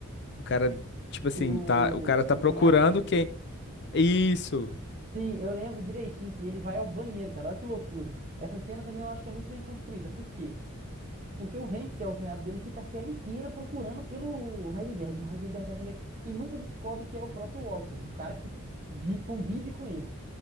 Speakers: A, on the left; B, on the right.
A: O cara, tipo assim,
B: Que o,
A: tá, o cara tá
B: o
A: procurando
B: cunhado dele
A: quem. Isso,
B: Sim, eu lembro direitinho que ele vai ao banheiro, cara. Olha que loucura. Essa cena também eu acho que é muito bem construída. Por quê? Porque o Hank, que é o cunhado dele, fica a série inteira procurando pelo Heisenberg, né? Heisenberg, Heisenberg. E nunca descobre que é o próprio Walter, o cara que vi- convive com ele.